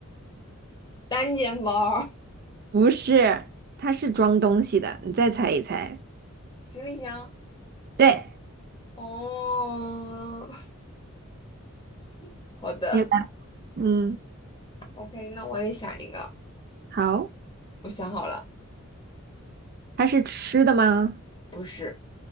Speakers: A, on the left; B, on the right.
A: 单肩包儿，
B: <laughs> 不是，它是装东西的，你再猜一猜，
A: <laughs> 行李箱。
B: 对，
A: 哦，<laughs> 好的
B: 你来，嗯，
A: ，OK，那我也想一个，
B: 好，
A: 我想好了，
B: 它是吃的吗？
A: 不是，